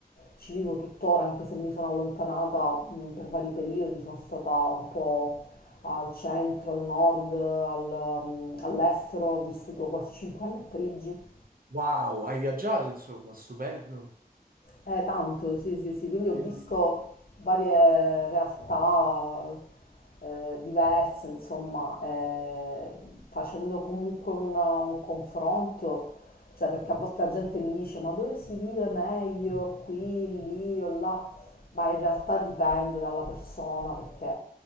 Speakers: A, on the left; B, on the right.
A: ci vivo tuttora, anche se mi sono allontanata mh, per vari periodi, sono stata un po' al centro, al nord, al, mh, all'estero, ho vissuto quasi 5 anni a Parigi
B: Wow, hai viaggiato, insomma, stupendo.
A: Eh, tanto, sì, sì, sì, quindi ho
B: Bellissimo.
A: visto varie realtà eh, diverse, insomma, eh, facendo comunque una- un confronto, cioè perché
B: Mhm.
A: a volte la gente mi dice ma dove si vive meglio, qui, lì o là, ma in realtà dipende dalla persona perché